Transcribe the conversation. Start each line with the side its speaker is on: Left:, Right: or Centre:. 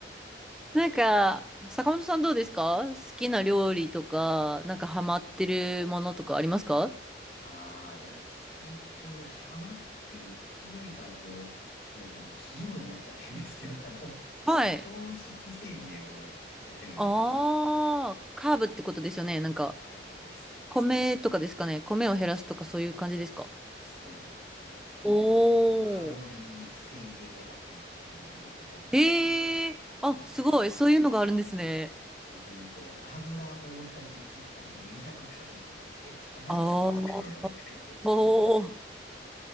Centre: なんか、坂本さんどうですか好きな料理とか、なんかハマってるものとかありますか
Left: ああ、でも最近ハマってるっていうよりかは、こう、もうこう義務になっちゃってるんですけど、<laughs> あの、
Centre: はい。
Left: 糖質制限をやってるんですよね。
Centre: ああ、カーブってことですよね。なんか、
Left: カーボです。
Centre: 米とかですかね。米を減らすとかそういう感じですか
Left: そうなんです。あの、
Centre: おー。
Left: カロリー制限アプリってのを入れて、あの、
Centre: ええーあ、
Left: もうあの、
Centre: すごい。そういうのがあるんですね。
Left: 本当にこう、油大さじ1杯200カロリーみたいな、え、油ってそんなカロリー高いのって
Centre: ああ、おー。